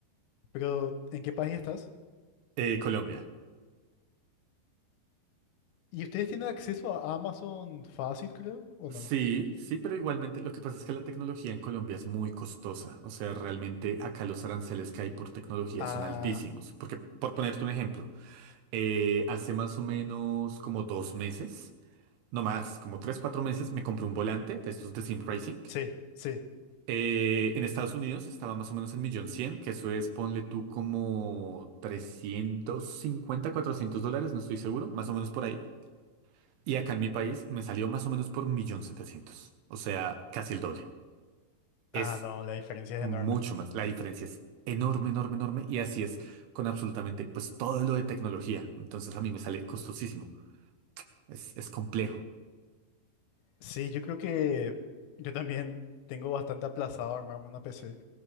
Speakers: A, on the left (about 80°); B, on the right (about 85°).
A: Pero ¿en qué país estás?
B: Eh, Colombia.
A: ¿Y ustedes tienen acceso a Amazon fácil, creo, o
B: Sí,
A: no?
B: sí, pero igualmente lo que pasa es que la tecnología en Colombia es muy costosa. O sea, realmente acá los aranceles que hay por tecnología
A: Ah,
B: son altísimos. Porque, por ponerte un ejemplo, eh, hace más o menos como dos meses, no más, como tres, cuatro meses, me compré un volante de estos de Sim Racing.
A: sí, sí.
B: Eh, en Estados Unidos estaba más o menos en millón cien, que eso es, ponle tú como 350 400 dólares, no estoy seguro, más o menos por ahí. Y acá en mi país me salió más o menos por millón setecientos, o sea, casi el doble. Es
A: Ah, no, la diferencia es
B: mucho
A: enorme.
B: más. La diferencia es enorme, enorme, enorme. Y así es con absolutamente pues todo lo de tecnología. Entonces a mí me sale costosísimo. Es, es complejo.
A: Sí, yo creo que yo también tengo bastante aplazado armarme una PC.